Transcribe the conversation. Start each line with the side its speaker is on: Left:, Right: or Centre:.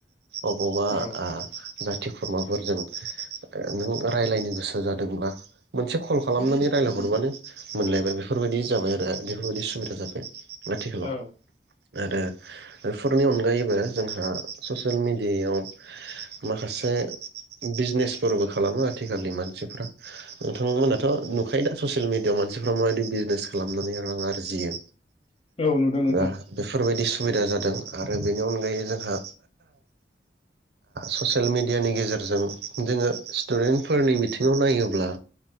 Right: अबावबा
Left: औ
Right: आ जाथि खुरमाफोरजों ओ नों रायलायनो गोसो जादोंब्ला मोनसे कल खालामनानै रायलायहरबानो मोनलायबाय बेफोरबायदि जाबाय आरो बेफोरबायदि सुबिदा जाबाय। आथिखालाव
Left: औ
Right: आरो बेफोरनि अनगायैबो जोंहा ससियेल मिडियायाव माखासे बिजनेसफोरबो खालामो आथिखालनि मानसिफ्रा नोंथांमोनाथ नुखायो दा ससियेल मिडियाआव मानसिफ्रा माबायदि बिजनेस खालामनानै रां आरजियो।
Left: औ नुदों नोंथां
Right: दा बेफोरबायदि सुबिदा जादों आरो बेनि अनगायै जोंहा ससियेल मेडियानि गेजेरजों जोङो स्टुडेन्टफोरनि बिथिङाव नायोब्ला